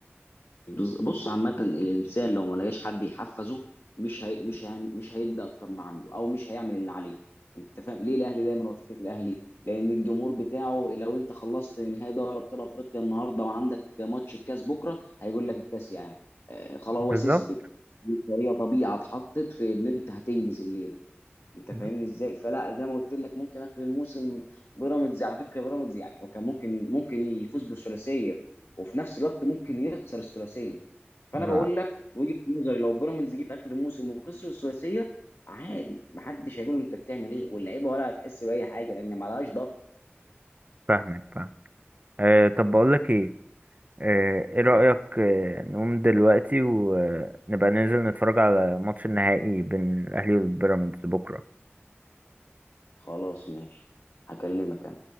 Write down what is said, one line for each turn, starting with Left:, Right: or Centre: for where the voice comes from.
Left: بص بص عامة الإنسان لو ما لقاش حد يحفزه مش هي... مش هي... مش هيدي أكتر ما عنده أو مش هيعمل اللي عليه أنت فاهم ليه الأهلي دايما هو فكرة الأهلي لأن الجمهور بتاعه لو أنت خلصت نهائي دوري أبطال أفريقيا النهاردة وعندك ماتش الكاس بكرة هيقول لك الكاس يا أهلي آه خلاص هو
Right: بالظبط
Left: سيستم هي طبيعة اتحطت في إن أنت هتنجز الليلة أنت
Right: ب-
Left: فاهمني إزاي فلا زي ما قلت لك ممكن آخر الموسم بيراميدز على فكرة بيراميدز يعني وكان ممكن ممكن يفوز بالثلاثية وفي نفس الوقت ممكن يخسر الثلاثية فانا
Right: ب-
Left: بقول لك وجهه نظري لو بيراميدز جه في اخر الموسم وخسر الثلاثيه عادي محدش هيقول له انت بتعمل ايه واللعيبه ولا هتحس باي حاجه لان ما لهاش ضغط
Right: فاهمك فاهم أه طب بقول لك ايه أه ايه رأيك
Left: مم.
Right: أه نقوم دلوقتي ونبقى ننزل نتفرج على ماتش النهائي بين الاهلي والبيراميدز بكره
Left: خلاص ماشي هكلمك انا